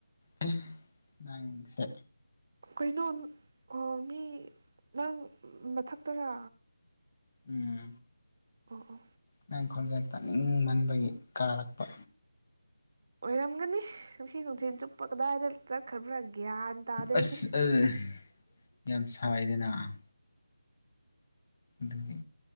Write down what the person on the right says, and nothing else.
ꯀꯩꯅꯣ ꯑꯣ ꯃꯤ ꯅꯪ ꯃꯊꯛꯇꯔꯥ
ꯑꯣ
ꯑꯣꯏꯔꯝꯒꯟꯤ ꯅꯨꯡꯊꯤꯟ ꯆꯨꯞꯄ ꯀꯗꯥꯏꯇꯥ ꯆꯠ ꯈꯕ꯭ꯔ ꯒ꯭ꯌꯥꯟ ꯇꯥꯗꯩꯗꯤ